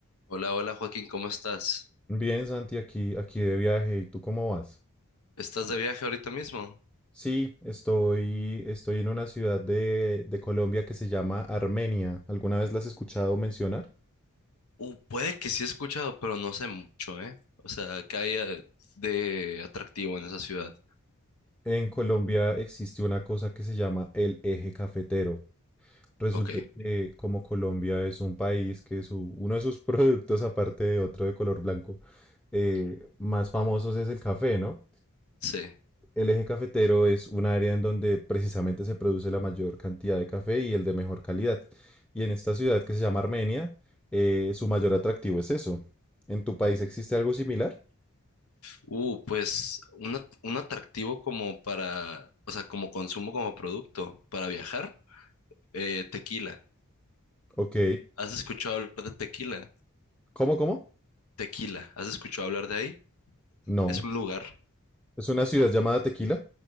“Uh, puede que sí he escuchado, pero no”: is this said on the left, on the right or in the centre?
Left